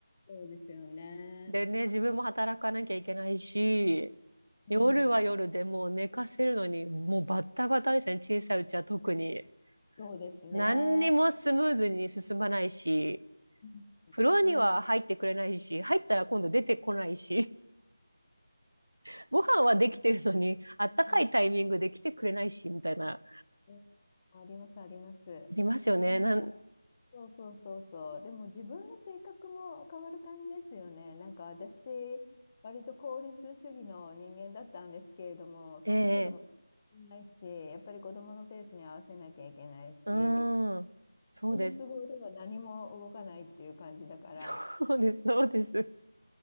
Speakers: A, on the left; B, on the right.
A: そうですよね。
B: でね、自分も働かなきゃいけないし、
A: うん、
B: 夜は夜でもう寝かせるのに、もうバッタバタですね。小さいうちは特に。
A: そうですね。
B: 何にもスムーズに進まないし、
A: う
B: フロアには入ってくれないし、
A: ん、うん
B: 入ったら今度出てこないし、<laughs> ご飯はできてるのに、あったかいタイミングで来てくれないし、
A: う
B: みたいな、あ
A: んあります、あります。
B: りますよね。
A: なんか、
B: なん、
A: そうそうそうそう。でも自分の性格も変わる感じですよね。なんか私、割と効率主義の人間だったんですけれども、そんなこともないし、
B: ええ
A: やっぱり子供のペースに合わせなきゃいけないし、
B: うーん、そうです。
A: 自分の都合では何も動かないっていう感じだから、
B: <laughs> そうです、そうです。